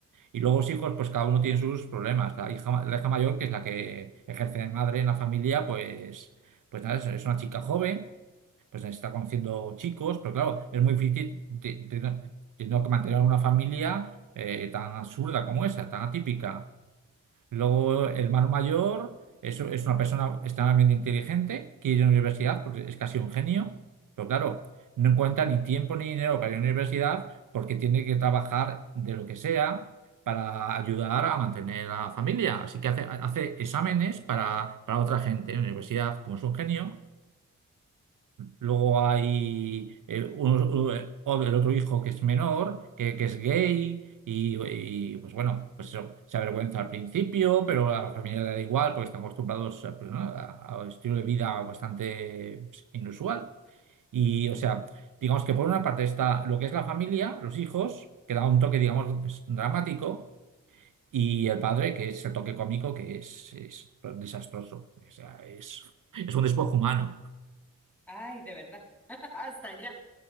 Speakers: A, on the right; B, in the centre.
A: Y luego los hijos, pues cada uno tiene sus problemas. La hija, la hija mayor, que es la que ejerce de madre en la familia, pues, pues nada, es, es una chica joven, pues está conociendo chicos, pero claro, es muy difícil te- te- teniendo que mantener una familia eh, tan absurda como esa, tan atípica. Luego, el hermano mayor es, es una persona extremadamente inteligente, quiere ir a la universidad porque es casi un genio, pero claro, no encuentra ni tiempo ni dinero para ir a la universidad porque tiene que trabajar de lo que sea para ayudar a mantener a la familia. Así que hace, hace exámenes para, para otra gente en la universidad, como es un genio. Luego hay eh, unos- eh, o- el otro hijo que es menor, que, que es gay, y, y, pues bueno, pues eso, se avergüenza al principio, pero a la familia le da igual porque están acostumbrados a, pues, ¿no? a- a un estilo de vida bastante pues, inusual. Y o sea, digamos que por una parte está lo que es la familia, los hijos, que da un toque, digamos, dramático, y el padre, que es el toque cómico, que es, es desastroso. O sea, es, es un despojo humano.
B: Ay, de verdad. <laughs> Hasta allá.